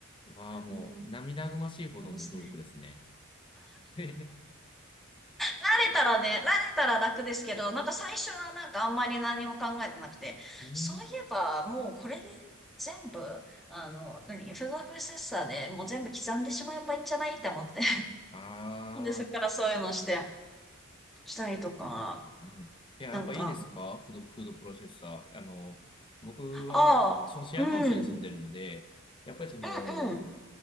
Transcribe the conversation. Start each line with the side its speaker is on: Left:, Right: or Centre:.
Left: はもう涙ぐましいほどの努力ですね。
Centre: うん、ありますね。
Left: <laughs>
Centre: 慣れたらね、慣れたら楽ですけど、なんか最初はなんかあんまり何も考えてなくて、
Left: うん。
Centre: そういえばもうこれで全部、あの、何、フードプロセッサーでもう全部刻んでしまえばいいんじゃないって思って。
Left: ああ、
Centre: <laughs> でそっからそういうのをして、したりとか、
Left: うん。いや、
Centre: なんか、
Left: やっぱいいですかフード、フードプロセッサー。あの、僕は、
Centre: ああ、
Left: そのシェアハウスに住んでるので、
Centre: うん、うん、
Left: やっぱりその、
Centre: うん、